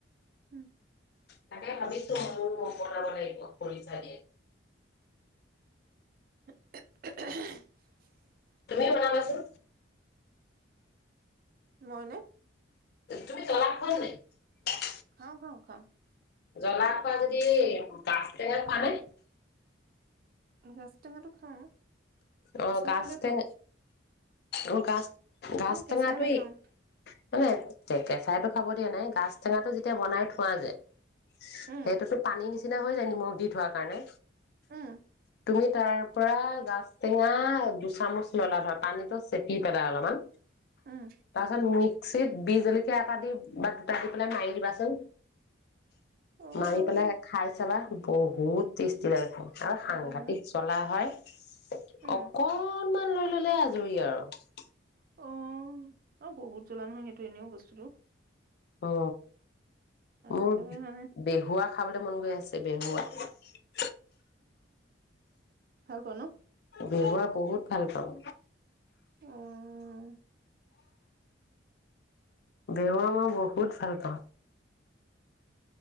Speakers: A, on the right; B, on the left.
A: উম,
B: তাকে ভাবিছো মই বনাব লাগিব খৰিচা দি
A: <unintelligible>
B: তুমিয়ে বনাবাছোন।
A: মইনে?
B: তুমি জলা খোৱা নে নাই?
A: খাওঁ, খাওঁ, খাওঁ।
B: জ্বলা খোৱা যদি গাছ টেঙা খোৱা নে?
A: গাছটেঙাটো খাওঁ
B: অ
A: আচাৰ
B: গাছ
A: কৰিলে
B: টেঙ
A: খাওঁ।
B: অ ক <unintelligible> <unintelligible> গাছ
A: কিন্তু
B: টাঙাটোৱেই
A: কেঁচাই নাখাওঁ
B: মানে কেঁচাইতো খাব দিয়া নাই গাছ টেঙাটো যেতিয়া বনাই থোৱা যে
A: উম,
B: সেইটোতো পানী নিচিনা যায় নিমখ দি থোৱাৰ কাৰণে
A: উম,
B: তুমি তাৰ পৰা গাজ টেঙা দুচামুচ ললা ধৰ পানীতো চেপি পেলাই অলপমান
A: উম,
B: তাৰপাছত <unintelligible> বি জলকীয়া এটা দি বা দুটা দি পেলাই মাৰি দিবাচোন,
A: অ',
B: মাৰি পেলাই খাই চাবা বহুত টেষ্টি লাগে খাই অ সাংঘাতিক
A: ভাল লাগে
B: <unintelligible>
A: ন
B: চলা হয় <unintelligible>
A: উম,
B: অকল অকণমান লৈ ললে আজৰি আৰু
A: অ', অ বহুত জ্বলা নহয় সেইটো এনেও বস্তুতটো
B: অ মোৰ
A: একেবাৰে মানে
B: বেহুৱা খাবলে মন গৈ আছে বে হুৱাত
A: হ ক নো <inaudible>
B: বিহুৱা বহুত ভাল পাওঁ
A: অ অ অ
B: বিহুৱা মই বহুত ভাল পাওঁ